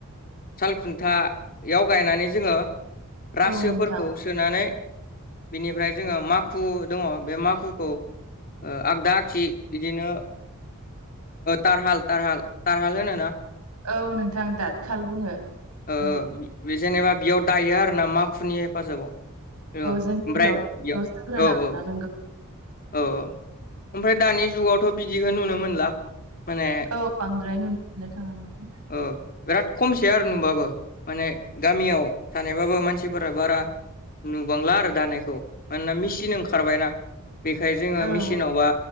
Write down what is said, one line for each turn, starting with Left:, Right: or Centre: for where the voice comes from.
Left: सालखुन्थायाव गायनानै जोङो रासोफोरखौ
Right: औ नोंथां
Left: सोनानै बेनिफ्राय जोङो माखु दङ बे माखुखौ आगदा आगसि बिदिनो तारहाल तारहाल तारहाल होनो ना
Right: औ नोंथां दाथ खाल बुङो
Left: ओ
Right: औ
Left: बे जेनेबा बेयाव दायो आरो ना माखुनि हेफाजाबाव औ ओमफ्राय
Right: जों गिबियावनो बेखौ
Left: याव
Right: सांग्रोना
Left: औ औ
Right: लानांगौ
Left: औ ओमफ्राय दानि जुगावथ' बिदिखौ नुनो मोनला माने
Right: औ बांद्राय नुनो मोननो थाङा
Left: अ बिराद खमसै आरो नुबाबो माने गामियाव थानायबाबो मानसिफोरा बारा नुबांला आरो दानायखौ मानोना मेचिन ओंखारबायनाा बेखायनो जोङो
Right: औ
Left: मेचिनावबा